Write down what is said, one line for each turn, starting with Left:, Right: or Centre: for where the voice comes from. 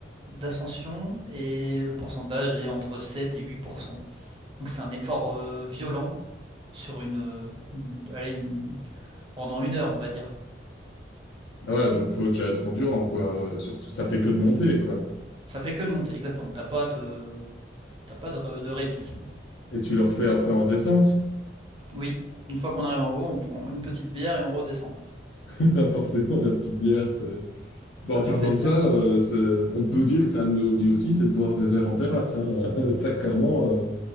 Right: d'ascension et le pourcentage est entre 7 et 8%. Donc c'est un effort euh, violent sur une, euh, une- allez, une- pendant une heure, on va dire.
Left: Ah ouais, donc faut déjà être endurant, quoi. Surtout, ça fait que de monter, quoi.
Right: Ça fait que de monter, exactement. T'as pas de, t'as pas de, re- de répit.
Left: Et tu le refais après en descente?
Right: Oui, une fois qu'on arrive en haut, on prend une petite bière et on redescend.
Left: <laughs> Forcément, la petite bière, c'est...
Right: Ça
Left: Bon, en
Right: fait
Left: parlant
Right: plaisir.
Left: de ça, euh, c'est- on peut dire que c'est un de nos hobbies aussi, c'est de boire des verres en terrasse. hein. <laughs> Ça, clairement, euh,